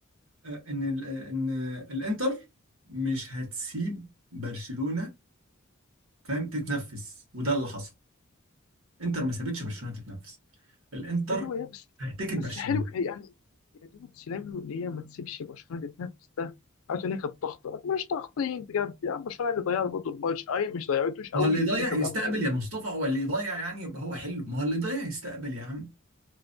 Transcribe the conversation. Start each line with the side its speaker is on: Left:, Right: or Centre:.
Right: آه، ان ال- آه، ان الانتر مش هتسيب برشلونة فاهم تتنفس وده اللي حصل انتر ما سابتش برشلونة تتنفس الانتر
Left: ايوه يا بس
Right: هتكت برشلونة
Left: بس حلو يعني يا دوب سيناريو اللي هي ما تسيبش برشلونه تتنافس ده عارف ان هي كانت ضغط مش ضاغطين بجد يعني برشلونه اللي ضيعت برضه الماتش اي مش ضيعتوش قوي
Right: ما هو اللي يضيع
Left: الاتنين كانوا
Right: يستقبل
Left: بيلعبوا
Right: يا مصطفى هو اللي يضيع يعني يبقى هو حلو ما هو اللي يضيع يستقبل يا عم